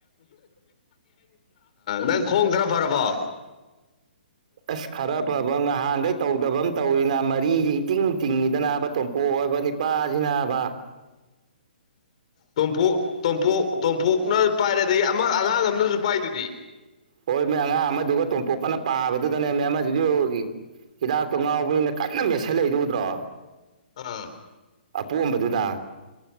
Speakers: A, on the left (about 40°); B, on the right (about 45°).
A: ꯅꯪ ꯈꯣꯡ ꯈꯔ ꯐꯔꯕꯣ
B: ꯑꯁ ꯈꯔ ꯐꯕ ꯉꯍꯥꯟꯈꯩ ꯇꯧꯗꯕ ꯑꯃ ꯇꯧꯔꯤꯅ ꯃꯔꯤꯁꯤ ꯏꯇꯤꯡ ꯇꯤꯡꯉꯤꯗ ꯅꯥꯕ ꯇꯣꯝꯄꯣꯛ ꯑꯣꯏꯕ ꯅꯤꯄꯥꯁꯤ ꯅꯥꯕ <unintelligible>
A: ꯇꯣꯝꯐꯨ ꯇꯣꯝꯄꯨ ꯇꯣꯝꯐꯨꯅ ꯄꯥꯏꯔꯦ ꯑꯗꯒꯤ ꯑꯃ ꯑꯉꯥꯡ ꯑꯃꯅꯁꯨ ꯄꯥꯏꯗꯨꯗꯤ
B: ꯍꯣꯏ ꯃ ꯑꯉꯥꯡ ꯑꯃꯗꯨꯒ ꯇꯣꯝꯄꯣꯛꯀꯅ ꯄꯥꯕꯗꯨꯗꯅꯦ ꯃ ꯑꯃꯁꯤꯁꯨ ꯍꯤꯗꯥꯛꯇꯣ ꯉꯥꯎꯕꯅꯤꯅ ꯀꯟꯅ ꯃꯦꯠꯁꯤꯜꯂꯛꯏꯗꯧꯗ꯭ꯔꯣ
A: ꯑꯥ
B: ꯑꯄꯣꯝꯕꯗꯨꯗ